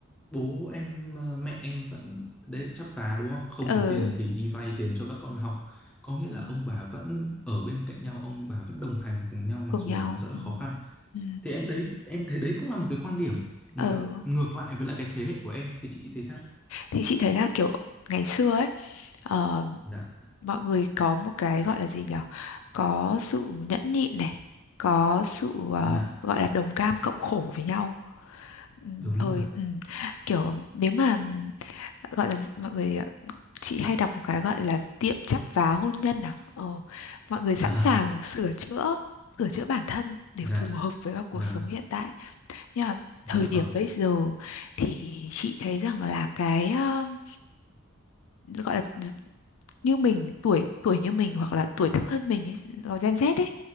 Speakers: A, in the centre; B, on the left.
A: bố em ờ, mẹ em vẫn đấy chắp vá đúng không không
B: ừ
A: có tiền thì đi vay tiền cho các con học có nghĩa là
B: ừ
A: ông bà vẫn ở bên cạnh nhau ông bà vẫn đồng hành cùng nhau mặc
B: cùng
A: dù
B: nhau
A: là nó rất
B: ừ
A: là khó khăn
B: ừ
A: thì em đấy em thấy đấy cũng là một cái quan điểm ngờ-
B: ừ
A: ngược lại với lại cái thế hệ của em thì chị thấy sao
B: thì chị thấy là kiểu ngày xưa ấy ờ,
A: dạ
B: mọi người có một cái gọi là gì nhở có sự nhẫn nhịn này có sự ờ,
A: dạ
B: gọi là đồng cam cộng khổ với nhau ừ,
A: đúng
B: thời
A: rồi
B: ừ, kiểu nếu mà gọi là mọi người ờ, chị hay đọc một cái gọi là tiệm chắp vá hôn nhân à ờ, mọi người sẵn
A: à,
B: sàng sửa chữa sửa chữa bản thân để
A: dạ
B: phù hợp với các cuộc
A: vâng
B: sống hiện tại nhưng mà
A: dạ
B: thời điểm
A: vâng
B: bây giờ thì chị thấy rằng là cái um, gọi là như mình tuổi tuổi như mình hoặc là tuổi thấp hơn mình ý, gọi Gen Z ấy